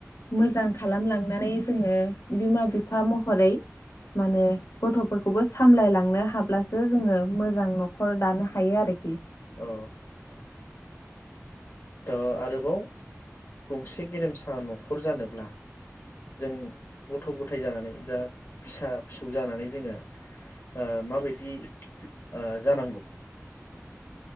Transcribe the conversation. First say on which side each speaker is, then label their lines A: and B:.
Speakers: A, on the left (about 70°); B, on the left (about 60°).
A: मोजां खालामलांनानै जोङो बिमा बिफा महरै माने गथ'फोरखौबो सामलायलांनो हाब्लासो जोङो मोजां न'खर दानो हायो आरोखि। <inaudible>
B: औ ओ आरोबाव गंसे गेरेमसा न'खर जानोब्ला जों गथ' गथाय जानानै बा फिसा फिसौ जानानै जोङो ओ माबायदि ओ जानांगौ?